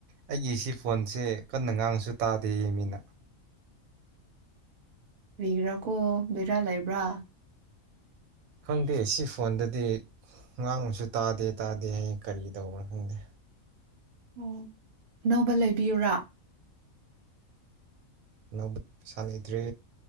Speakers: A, on the right; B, on the right.
A: ꯑꯩꯒꯤꯁꯤ ꯐꯣꯟꯁꯦ ꯀꯟꯅ ꯉꯥꯡꯉꯁꯨ ꯇꯥꯗꯦ ꯌꯦ ꯃꯤꯅ
B: ꯀ꯭ꯔꯤꯒꯤꯔ ꯀꯣ ꯕꯦꯔꯥ ꯂꯩꯕ꯭ꯔꯥ
A: ꯈꯪꯗꯦ ꯁꯤ ꯐꯣꯟꯗꯗꯤ ꯉꯥꯡꯉꯁꯨ ꯇꯥꯗꯦ ꯇꯥꯗꯦ ꯍꯥꯌꯦ ꯀꯔꯤ ꯇꯧꯕ꯭ꯔꯥ ꯈꯪꯗꯦ
B: ꯑꯣ ꯑꯅꯧꯕ ꯂꯩꯕꯤꯌꯨꯔꯥ
A: ꯑꯅꯧꯕ ꯄꯩꯁꯥ ꯂꯩꯇ꯭ꯔꯦ